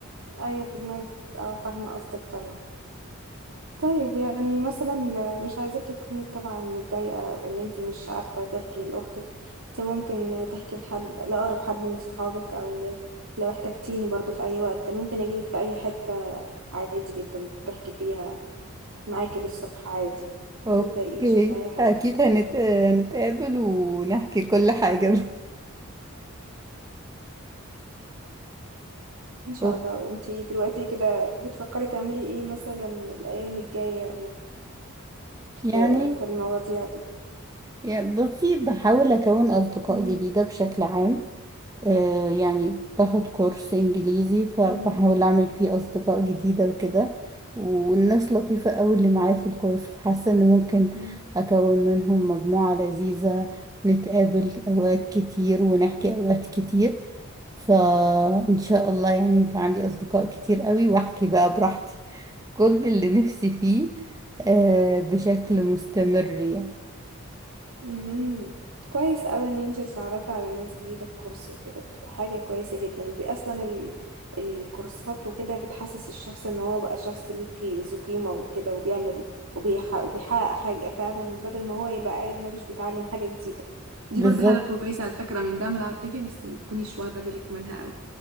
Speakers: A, on the right (about 75°); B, on the right (about 15°).
A: ايوه في دماغك اه فاهمه قصدك طبعا طيب يعني مثلا مش عايزاكي تكوني طبعا متضايقه ان انت مش عارفه تحكي لاختك انت ممكن تحكي لحد لاقرب حد من صحابك او لو احتجتيني برضو في اي وقت ممكن اجيلك في اي حته عادي جدا تحكي فيها معاكي للصبح عادي
B: اوكي
A: ما تتضايقيش من اي حاجه
B: اكيد هنت... هنتقابل ونحكي كل حاجة <laughs>
A: ان شاء
B: اوكي
A: الله انت دلوقتي كده بتفكري تعملي ايه مثلا الايام الجايه في
B: يعني
A: في المواضيع دي
B: يعني بصي بحاول أكون أصدقاء
A: مم.
B: جديدة بشكل عام آه يعني باخد كورس إنجليزي فبحاول
A: مم.
B: أعمل فيه أصدقاء جديدة وكده والناس لطيفة أوي اللي معايا في الكورس فحاسة إن ممكن
A: مم.
B: أكون منهم مجموعة لذيذة نتقابل أوقات كتير ونحكي أوقات كتير فإن شاء الله يعني يبقى عندي أصدقاء كتير أوي وأحكي بقى براحتي كل اللي نفسي فيه آه بشكل مستمر يعني
A: مهم. كويس قوي ان انت تتعرفي على ناس جديدة في كورس وكده بتبقى حاجة كويسة جدا بي- اصلا ال... الكورسات وكده بتحسس الشخص ان هو بقى شخص ليكي ذو قيمة وكده وبيعمل وبيحقق, وبيحقق حاجة فعلا بدل ما هو يبقى قاعد ما مش بيتعلم حاجة جديدة دي
B: بالظبط
A: برضو حاجة كويسة على فكرة من الدعم العاطفي بس ما تكونيش واخدة بالك منها قوي